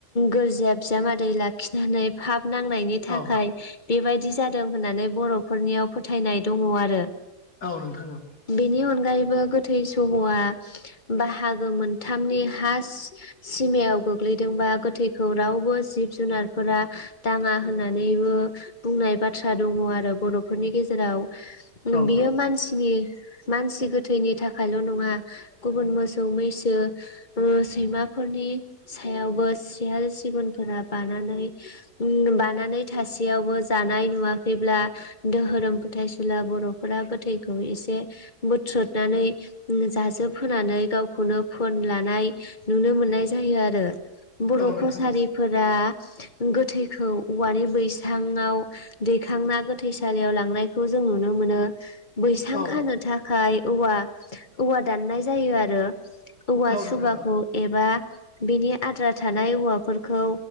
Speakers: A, on the left; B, on the left.
A: गोरजिया बिजामादै लाखिनानै फाब नांनायनि थाखाय
B: औ
A: बेबायदि जादों होननानै बर'फोरनियाव फोथायनाय दङ आरो
B: औ नोंथां औ
A: बेनि अनगायैबो गोथै सह'आ बाहागो मोनथामनि हा सिमायाव गोग्लैदोंबा गोथैखौ रावबो जिब-जुनारफोरा दाङा होननानैबो बुंनाय बाथ्रा दङ आरो बर'फोरनि गेजेराव
B: औ नोंथां औ
A: बियो मानसिनि मानसि गोथैनि थाखायल' नङा गुबुन मोसौ, मैसो सैमाफोरनि सायावबो सियाल सिगुनफोरा बानानै बानानै थासेयावबो जानाय नुवाखैब्ला दोहोरोम फोथायसुला बर'फोरा गोथैखौ एसे बोथ्रोदनानै जाजोब होनानै गावखौनो फोन लानाय नुनो मोननाय जायो आरो। बर'
B: औ नोंथां
A: कसारिफोरा
B: औ नोंथां
A: गोथैखौ औवानि बैसाङाव। दैखांना गोथैसालियाव लांनायखौ जों नुनो मोनो। बैसां
B: औ
A: खानो थाखाय औवा-औवा दाननाय जायो आरो औवा
B: औ नोंथां
A: सुबाखौ
B: औ
A: एबा बिनि आद्रा थानाय औवाफोरखौ